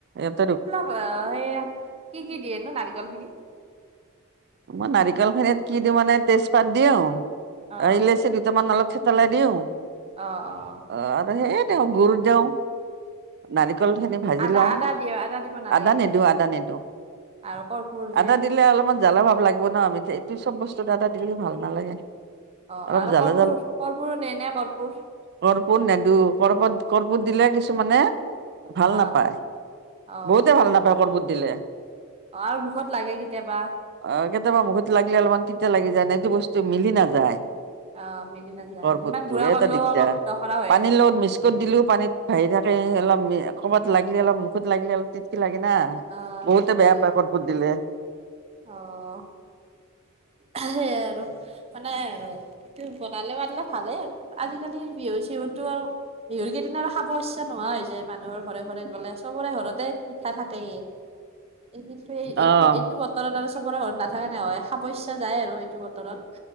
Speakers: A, on the right; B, on the right.
A: এটা
B: সে কি' কি' দিয়েনো নাৰিকল খিনিত?
A: মই নাৰিকল খিনিত কি দিওঁ মানে তেজপাত দিওঁ আৰু
B: অ
A: ইলাইচি দুটামান অলপ থেতেলাই দিওঁ।
B: অ' অ'।
A: অ' আৰু সেই দেও গুৰ, দেও নাৰিকল খিনি ভাজি
B: আদা
A: লওঁ
B: আদা দিয়ে আদা দিব নালাগে
A: আদা
B: নেকি
A: নেদু, আদা নেদু
B: আৰু কৰ্পূৰ যে
A: আদা দি দিলে অলপমান জ্বালা ভাৱ লাগিব ন আমি যে এইটো চব বস্তুত এ আদা দিলে ভাল নালাগে।
B: অ'
A: অলপ
B: আৰু
A: জ্বালা
B: কৰ্পূ কৰ্পূ দেই নে কৰ্পূ?
A: কৰ্পূ নেদো কৰ্পূ কৰ্পূট দিলে কিছুমানে ভাল
B: অ
A: নাপায়
B: অ
A: বহুতে ভাল নাপায় কৰ্পূট দিলে।
B: অ' আৰু মুখত লাগে কেতিয়াবা।
A: অ' কেতিয়াবা মুখত লাগিলে অলপমান তিতা লাগি যায় ন, এইটো বস্তু মিলি নাযায়।
B: অ মিলি নাযায়
A: কৰ্পূটো
B: যিমান গুড়া কৰিলেও
A: এটা দিগদাৰ
B: অলপ দখৰা হৈয়ে
A: পানীৰ
B: থাকে
A: লগত মিছ ত দিলেও পানীত ভাহি থাকে অলপ ক'বাত লাগিল অলপ মুখত লাগিলে অলপ কি লাগে না
B: অ
A: বহুতে
B: তিতা
A: বেয়া
B: লাগে
A: পাই কৰ্পূট দিলে।
B: অ' সেইয়াই আৰু মানে সেইটো বনালে বনে ভালে আৰু আজিকালিৰ বিহু চিহুতটো আৰু বিহুৰ কেইদিন আৰু খাব ইচ্ছা নোহোৱা হৈ যায় মানুহৰ ঘৰে ঘৰে গ'লে সবৰে ঘৰতে থাকেই এই
A: অ',
B: এইটো এইটো বতৰত আৰু চবৰে ঘৰত নাথাকে নহয়, খাব ইচ্ছা যায় আৰু এইটো বতৰত